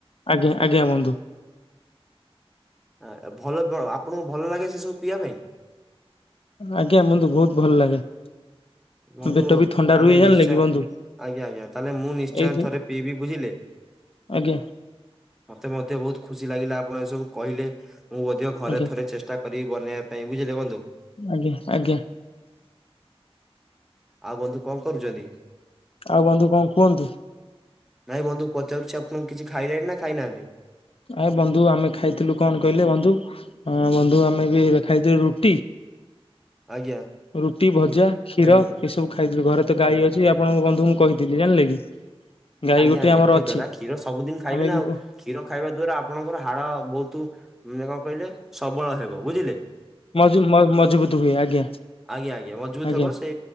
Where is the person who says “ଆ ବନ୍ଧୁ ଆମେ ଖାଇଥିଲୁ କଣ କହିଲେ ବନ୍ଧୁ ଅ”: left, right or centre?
Left